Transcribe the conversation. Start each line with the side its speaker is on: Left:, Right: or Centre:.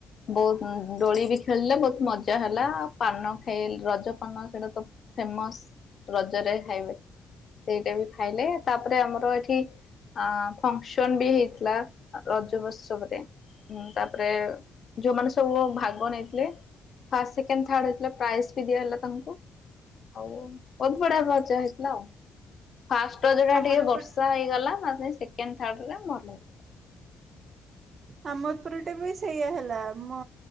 Left: ବୋହୁତ୍ ଦୋଳି ବି ଖେଳିଲେ ବୋହୁତ୍ ମଜା ହେଲା। ପାନ ଖାଇ ରଜ ପାନ ସେଇଟା ତ ଫେମସ୍ ରଜରେ ଖାଇବେ। ସେଇଟା ବି ଖାଇଲେ। ତାପରେ ଆମର ଏଠି ଅ ଫଙ୍କସନ୍ ବି ହେଇଥିଲା ରଜ ଉତ୍ସବରେ। ହୁଁ ତାପରେ ଯୋଉମାନେ ସବୁ ଭାଗ ନେଇଥିଲେ ଫାଷ୍ଟ ସେକେଣ୍ଡ ଥାର୍ଡ ହେଇଥିଲା ପ୍ରାଇଜ୍ ବି ଦିଆଗଲା ତାଙ୍କୁ। ଆଉ ଅଭଡା ବଜା ହେଇଥିଲା ଆଉ। ଫାଷ୍ଟ ରୋଜଟା
Right: ଆମର
Left: ଟିକେ ବର୍ଷା
Right: ଏପଟ
Left: ହେଇଗଲା। ନ ହେଲେ ସେକେଣ୍ଡ, ଥାର୍ଡ ଟା ଭଲ ହେଲା। <inaudible>
Right: ଆମର ପୁର ଟା ବି ସେଇୟଆ ହେଲା। ମ